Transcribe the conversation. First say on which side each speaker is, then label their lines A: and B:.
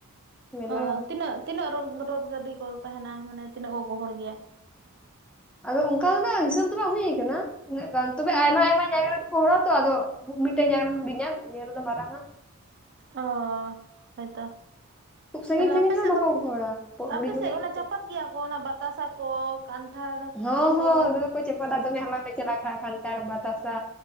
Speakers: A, in the centre; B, on the right.
A: ᱢᱮᱞᱟ
B: ᱚ ᱛᱤᱱᱟᱹᱜ ᱛᱤᱱᱟᱹᱜ ᱨᱳᱫ ᱜᱟᱹᱰᱤ ᱠᱚ ᱛᱟᱦᱮᱱᱟ ᱢᱟᱱᱮ ᱛᱤᱱᱟᱹᱜ ᱠᱚ ᱜᱚᱦᱚᱲ ᱜᱮᱭᱟ
A: ᱟᱫᱚ ᱚᱱᱠᱟ ᱫᱚᱱᱟᱜ ᱦᱤᱥᱟᱹᱵᱽ ᱫᱚ ᱵᱟᱝ ᱦᱩᱭᱩ ᱠᱟᱱᱟ ᱛᱤᱱᱟᱹᱜ ᱜᱟᱱ ᱛᱚᱵᱮ ᱟᱭᱢᱟ ᱟᱭᱢᱟ ᱡᱟᱭᱜᱟ ᱨᱮᱫᱚᱠᱚ ᱦᱚᱲ ᱟ ᱛᱚ ᱟᱫᱚ ᱢᱤᱫᱴᱮᱱ ᱡᱟᱭᱜᱟ ᱨᱮ ᱦᱩᱰᱤᱧᱟ ᱢᱤᱫᱴᱮᱱ ᱡᱟᱭᱜᱟ ᱨᱮᱫᱚ ᱢᱟᱨᱟᱝᱼ ᱟ
B: ᱚ ᱦᱚᱭᱛᱚ
A: ᱠᱷᱩᱵ ᱥᱟᱺᱜᱤᱧ
B: ᱛᱟᱦᱞᱮ
A: ᱥᱟᱺᱜᱤᱧ
B: ᱟᱯᱮ
A: ᱦᱚᱸ
B: ᱥᱮᱫ
A: ᱵᱟᱠᱚ
B: ᱫᱚ
A: ᱜᱚᱦᱚᱲᱟ
B: ᱟᱯᱮ
A: ᱦᱩᱰᱤᱧ ᱦᱩᱰᱤᱧ
B: ᱥᱮᱫ ᱚᱱᱟ
A: ᱛᱮ
B: ᱪᱟᱯᱟᱫ ᱜᱮᱭᱟ ᱠᱚ ᱚᱱᱟ ᱵᱟᱛᱟᱥᱟ ᱠᱚ ᱠᱟᱱᱴᱷᱟᱲ
A: ᱦᱚᱸ ᱦᱚᱸ
B: ᱠᱚ
A: ᱫᱚᱢᱮ ᱠᱚ ᱫᱚᱢᱮ ᱦᱟᱞᱟᱝ ᱞᱮ ᱪᱟᱞᱟᱜ ᱠᱷᱟᱱ ᱠᱷᱟᱱ ᱛᱟᱲᱢᱟ ᱛᱟᱥᱟ